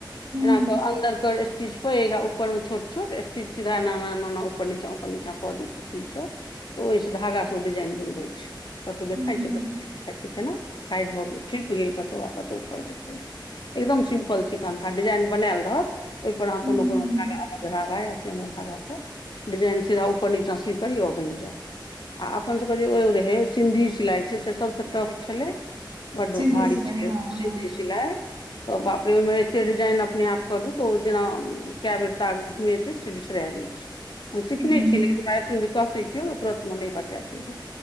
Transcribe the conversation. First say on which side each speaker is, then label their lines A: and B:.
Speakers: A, on the right; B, on the left.
A: हूँ
B: एना कऽ अन्दर कऽ स्टीच पैघ आ ऊपर मे छोट छोट स्टीच सीधा एना - एना - एना - एना ऊपर नीचा - ऊपर नीचा कऽ दै छै सुई सँ तऽ ओहि सँ धागा सँ ओ डिजाइन बैन जाय छै कतहु देखाय
A: हूँ हूँ
B: छै कतहु नय देखाय छै तेना हाइड भऽ गेल। छिप गेल कतौ आ कतहु ऊपर देखाय छै एकदम सिम्पल छै कंठा डिजाइन बनायल रहत ओहिपर अहाँ
A: हूँ
B: कोनो कोनो धागा अलग धागा या सेमो धागासँ डिजाइन सीधा ऊपर निचाँ सुई करियओ बैन जैत आ अपन सभ कऽ जे ओहि रहै सिन्धी सिलाइ छै से सभसँ टफ छलै बड्ड
A: सिन्धी
B: भारी
A: सिलाइ
B: छै
A: हँ
B: ओ सिंधी
A: हँ
B: सिलाई तऽ बाप रे ओहिमे एतेक डिजाइन अपने आप करू तऽ ओ जेना कए बेर ताग घुमेतै से बिसरा जाइ छिये हम सिखने
A: हूँ
B: छी लेकिन वैह अखैन जे कहतैय कियो तुरतमे नय बतैय पयबै।